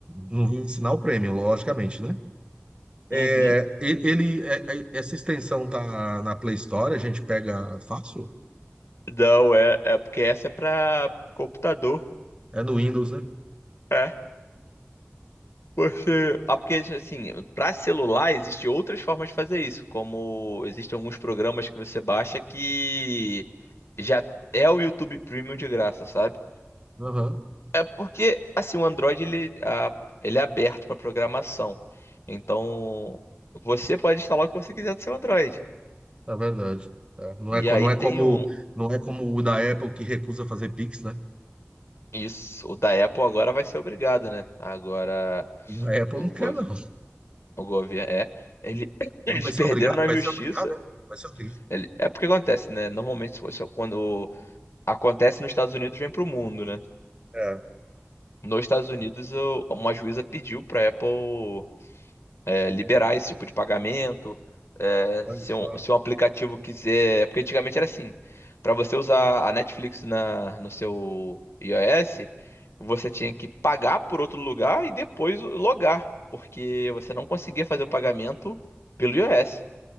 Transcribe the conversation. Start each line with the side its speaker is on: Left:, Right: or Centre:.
Right: não vai assinar o Premium, logicamente, né? É,
Left: Uhum.
Right: ele, ele- é- é- essa extensão tá na Play Store, a gente pega fácil?
Left: Não, é, é porque essa é pra computador.
Right: É no Windows, né?
Left: É. Você. Ah, porque assim, pra celular existem outras formas de fazer isso, como existem alguns programas que você baixa que já é o YouTube Premium de graça, sabe?
Right: Aham,
Left: É porque assim, o Android ele, ah, ele é aberto pra programação. Então, você pode instalar o que você quiser no seu Android.
Right: é verdade. É, não
Left: E
Right: é, co-
Left: aí
Right: não é
Left: tem
Right: como,
Left: um,
Right: não é como o da Apple que recusa fazer Pix, né?
Left: Isso, o da Apple agora vai ser obrigado, né? Agora
Right: O da Apple
Left: o,
Right: não quer,
Left: gov-
Right: não.
Left: o governo é. ele- <laughs> <clears throat> eles
Right: Não vai
Left: perderam
Right: ser obrigado?
Left: na
Right: Vai
Left: justiça.
Right: ser obrigado, é? Vai ser obrigado.
Left: Ele- é porque acontece, né? Normalmente, isso- isso- quando acontece nos Estados Unidos, vem pro mundo, né?
Right: É,
Left: Nos Estados Unidos, o- uma juíza pediu pra Apple. é, liberar esse tipo de pagamento. é,
Right: olha
Left: se
Right: só.
Left: um, se um aplicativo quiser. Porque antigamente era assim: para você usar a Netflix na, no seu iOS, você tinha que pagar por outro lugar e depois logar, porque você não conseguia fazer o pagamento pelo iOS.